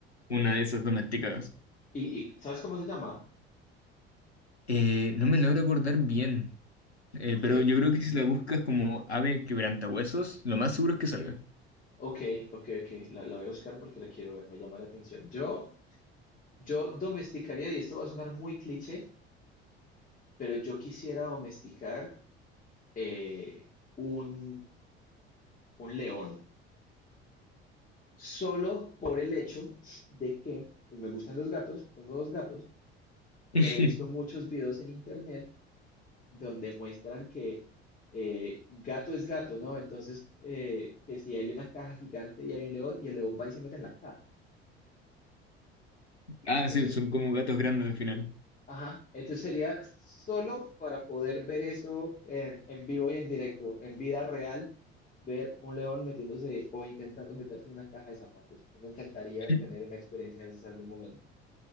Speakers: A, on the left; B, on the left.
A: una de esas domesticadas.
B: ¿Y, y sabes cómo se llama?
A: Eh, no me logro acordar bien, eh,
B: Ok,
A: pero yo creo que si la buscas como ave quebrantahuesos, lo más seguro es que salga.
B: ok, ok, ok. La, la voy a buscar porque la quiero ver, me llama la atención. Yo... Yo domesticaría, y esto va a sonar muy cliché, pero yo quisiera domesticar eh, un, un león, solo por el hecho de que pues, me gustan los gatos, tengo dos gatos,
A: <laughs>
B: pero he visto muchos videos en internet donde muestran que eh, gato es gato, ¿no? Entonces, eh, que si hay una caja gigante y hay un león, y el león va y se mete en la caja.
A: Ah,
B: No
A: sí,
B: sé
A: son como gatos grandes al final.
B: Ajá, entonces sería solo para poder ver eso en, en vivo y en directo, en vida real, ver un león metiéndose o intentando meterse en una caja de zapatos. A mí Me encantaría
A: <laughs>
B: tener una experiencia de esas algún momento.